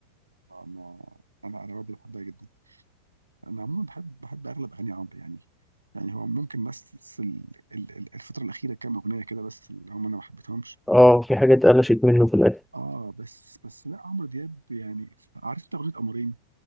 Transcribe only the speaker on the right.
انا انا انا برضه بحبها جدا انا عموما بحب بحب اغلب اغاني عمرو يعني يعني هو ممكن بس ال- ال- ال- الفترة الأخيرة كام أغنية كده بس اللي هم أنا ما حبيتهمش
اه بس بس لا عمرو دياب يعني عارف انت اغنيه قمرين